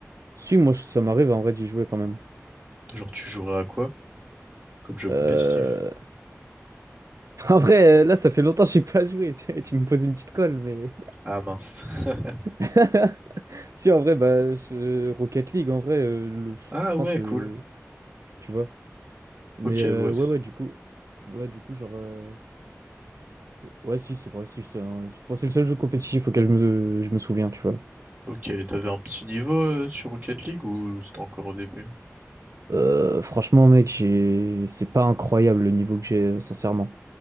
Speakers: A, on the right (about 75°); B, on the right (about 30°).
A: Si, moi, je- ça m'arrive en vrai d'y jouer quand même.
B: Genre, tu jouerais à quoi comme jeu compétitif?
A: Euh... <laughs> En vrai, euh, là, ça fait longtemps que j'ai pas joué. <laughs> Tu, tu me poses une petite colle, mais.
B: Ah, mince. <laughs>
A: <laughs> Si, en vrai, bah, je- Rocket League, en vrai, euh, le-
B: Ah,
A: je pense
B: ouais,
A: le.
B: cool.
A: Tu vois. Mais
B: Ok,
A: euh,
B: ouais.
A: ouais, ouais, du coup. Ouais, du coup, genre. euh, Ouais, si, c'est vrai, si, c'est un- c'est bon, c'est le seul jeu compétitif auquel je me, je me souviens, tu vois.
B: Ok, t'avais un petit niveau euh, sur Rocket League ou c'était encore au début?
A: Euh, franchement, mec, j'ai... c'est pas incroyable le niveau que j'ai, euh, sincèrement.